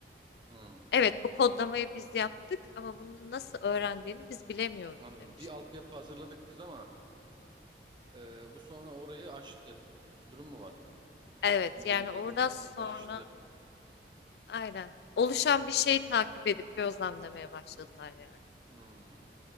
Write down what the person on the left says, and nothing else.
Evet bu kodlamayı biz yaptık ama bunu nasıl öğrendiğini biz bilemiyoruz
demişler.
Evet
yani oradan sonra
aynen oluşan bir şeyi takip edip gözlemlemeye başladılar yani.